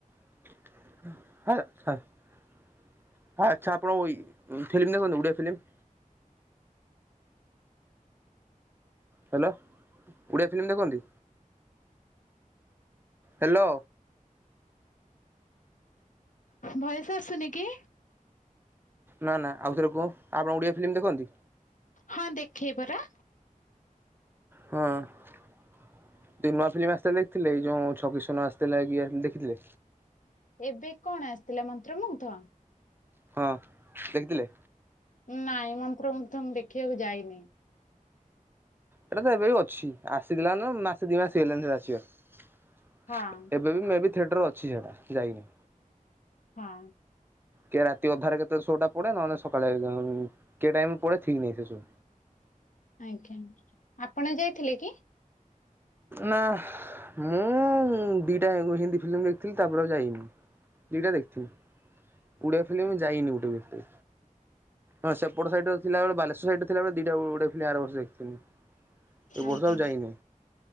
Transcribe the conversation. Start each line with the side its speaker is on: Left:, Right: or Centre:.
Right: <unintelligible> ହଁ ଆଚ୍ଛା ଆପଣ ଏଇ ଫିଲ୍ମ୍ ଦେଖନ୍ତି Odia film. Hello Odia film ଦେଖନ୍ତି ହେଲୋ।
Left: ଭଏସ୍ ଆସୁନି କିି।
Right: ନା ନା ଆଉଥରେ କୁହ ଆପଣ ଓଡିଆ ଫିଲ୍ମ ଦେଖନ୍ତି।
Left: ହଁ ଦେଖେ ପରା।
Right: ହଁ ଯୋ ନୂଆ ଫିଲ୍ମ ଆସିଥିଲା ଦେଖିଥିଲେ ଏଇ ଯୋଉଁ ଛକି ସୁନ ଆସିଥିଲା ଦେଖିଥିଲେ।
Left: ଏବେ କଣ ଆସିଥିଲା ମନ୍ତ୍ର ମୁଗ୍ଧ।
Right: ହଁ ଦେଖିଥିଲେ।
Left: ନାଇଁ ମନ୍ତ୍ର ମୁଗ୍ଧ ମୁଁ ଦେଖିବାକୁ ଯାଇନି
Right: ଏଇଟା ତ ଏବେ ବି ଅଛି ଆସିଗଳାଣି ମାସେ ଦି ମାସେ ହେଲାଣି ଯେବେ ଆସିବାର
Left: ହଁ
Right: ଏବେ ବି ମୁଁ ବି ଥିଏଟର୍ ଅଛି ସେଟା ଯାଇନି
Left: ହଁ
Right: କେବେ ରାତି ଅଧାରେ କେତେବେଳେ ସୋଟା ପଡେ ନହେଲେ ସକାଳେ କେ ଟାଇମ୍ ପଡେ ଠିକ୍ ନାହିଁ ସେ ସୋ
Left: ଆଜ୍ଞା ଆପଣ ଯାଇଥିଲେ କି
Right: ନାଁ ମୁଁ ଦିଟା ହିନ୍ଦୀ ଫିଲ୍ମ୍ ଦେଖିଥିଲି ତାପରେ ଆଉ ଯାଇନି ଦିଟା ଦେଖିଥିଲି ଓଡିଆ ଫିଲ୍ମ୍ ଯାଇନି ଗୋଟେ ବି ହଁ ସେପଟ ସାଇଡରେ ଥିଲାବେଳେ ବାଲେଶ୍ଵର ସାଇଡରେ ଥିଲାବେଳେ ଦିଟା ଓଡିଆ ଫିଲ୍ମ ଆର ବର୍ଷ ଦେଖିଥିଲି ଏ ବର୍ଷ
Left: ଆଜ୍ଞା।
Right: ଆଉ ଯାଇନି